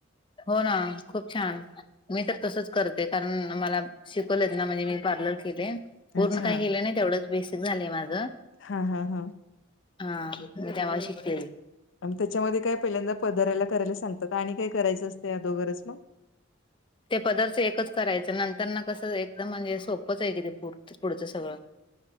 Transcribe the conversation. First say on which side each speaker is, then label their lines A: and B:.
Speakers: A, on the left; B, on the left.
A: हो ना खुप छान. मी तर तसच करते. कारण मला शिकवलेत ना. म्हणजे मी पार्लर केले. पूर्ण
B: अच्छा
A: काही केल नाही. तेवढच बेसिक झालय माझ.
B: हा हा हा हा.
A: हा, मी तेव्हा शिकले.
B: आणि त्याच्यामध्ये काय पहिल्यांदा पदराला करायला सांगतात. आणि काय करायच असत अदोगरच मग.
A: ते पदरच एकच करायच. नंतर न कस एकदम म्हणजे सोपच आहे कि ते पु पुढच सगळ.